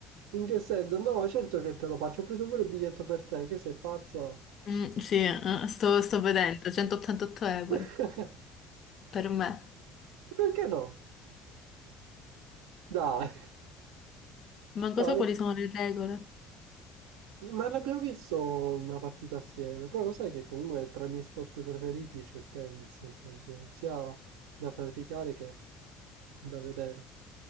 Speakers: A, on the right (about 75°); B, on the left (about 50°).
A: In che senso? No, certo che te lo faccio, ho preso pure il biglietto per te, che sei pazza.
B: Mm, sì, eh, sto, sto vedendo, 188 euro
A: <laughs>
B: per me.
A: Perché no? Dai.
B: Manco
A: <laughs> Dai.
B: so quali sono le regole.
A: Ma l'abbiamo visto una partita assieme, poi lo sai che comunque tra i miei sport preferiti c'è il tennis, nel senso sia da praticare che da vedere.